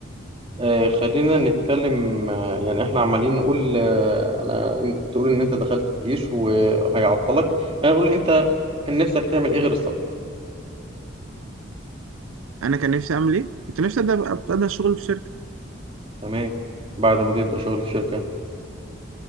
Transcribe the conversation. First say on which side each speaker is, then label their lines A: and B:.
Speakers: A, on the right; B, on the right.
A: آه خلينا نتكلم آه يعني احنا عمالين نقول آه انا تقول ان انت دخلت الجيش وهيعطلك هنقول انت كان نفسك تعمل ايه غير السفر
B: انا كان نفسي اعمل ايه كنت نفسي ابدا ابقى ابدا شغل في شركه
A: تمام بعد ما تبدأ شغل في شركة